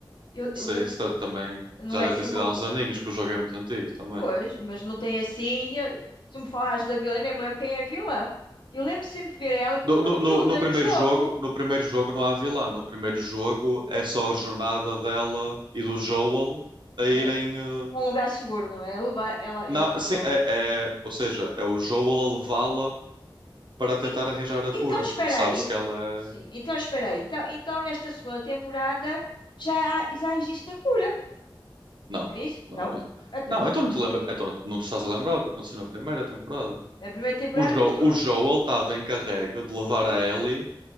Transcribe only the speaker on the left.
eu,
eu lem-
Não
é
assim
uma.
co-
Pois, mas não tem assim. eh, Se me falares da vilã, eu nem me lembro quem é a vilã. Eu lembro sempre de ver ela com
uma
miúda
no jogo.
eh,
com um lugar seguro, não é? Levar, ela,
ele a levá-lo.
E-
Então, espera
aí. ent-
Sim, então, espera aí. Então, então, nesta segunda temporada já, há- já existe a cura.
É isso? Não?
Então,
na primeira temporada
gostou.